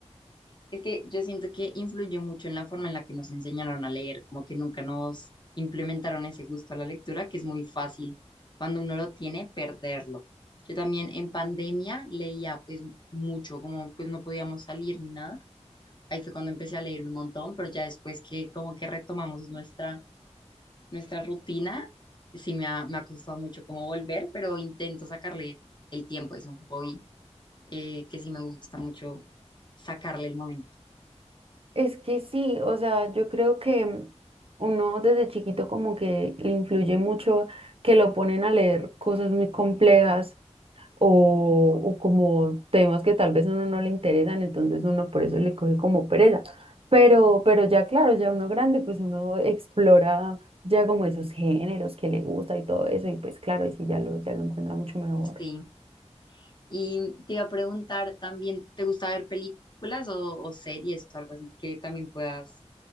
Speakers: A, on the left; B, on the right.
A: Es que yo siento que influyó mucho en la forma en la que nos enseñaron a leer, como que nunca nos implementaron ese gusto a la lectura, que es muy fácil cuando uno lo tiene perderlo. Yo también en pandemia leía pues mucho, como pues no podíamos salir ni nada. Ahí fue cuando empecé a leer un montón, pero ya después que como que retomamos nuestra, nuestra rutina, sí me ha, me ha costado mucho como volver, pero intento sacarle el tiempo, es un hobby eh, que sí me gusta mucho sacarle el momento.
B: Es que sí, o sea, yo creo que uno desde chiquito como que le influye mucho que lo ponen a leer cosas muy complejas o, o como temas que tal vez a uno no le interesan, entonces uno por eso le coge como pereza. Pero, pero ya claro, ya uno grande, pues uno explora ya como esos géneros que le gusta y todo eso, y pues claro, y sí ya lo, ya lo encuentra mucho mejor.
A: Sí. Y te iba a preguntar también, ¿te gusta ver películas o, o series o algo así que también puedas